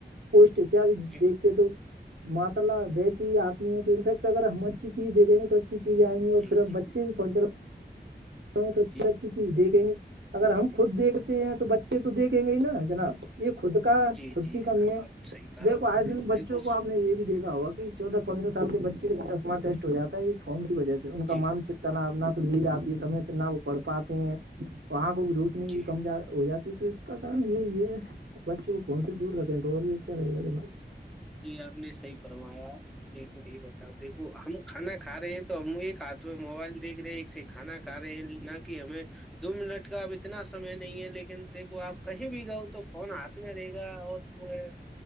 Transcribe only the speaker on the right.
پوٹ اتد
دیکھتے تو ماشاء اللہ ویسے ہی آتی ہیں تو انفیکٹ اگر ہم اچھی چیز دیکھیں گے تو اچھی چیزیں آئ گی اور
پھر
ہم بچے بھیہنا ل ہ تو اچھی
سے اچھی چیز دیکھیں گی
اگر ہم خود دیکھ ہیں تو بچے تو دیکھیں گے ہی نا جناب یہ خود کا
خود
کی کمی
ہے
دیکھو آج دن بچوں
کو آپ نے یہ بھی دیکھا ہوگا کہ چودہ پندرہ سال کے بچے کا چشمہ ٹیسٹ ہو جاتا ہے یہ فون کی وجہ سے ان کا
مان اتنا نہ تو نیند آتی ہے سمے سے نہ وہ پڑھ پاتے ہیں <unintelligible> وہاں کو روشنی
بھی کم ہو جاتی ہے تو کا کن یہی ہے بچوں کو فون سے دور رکھے تو اور یہ اچھا رہے گا ج ن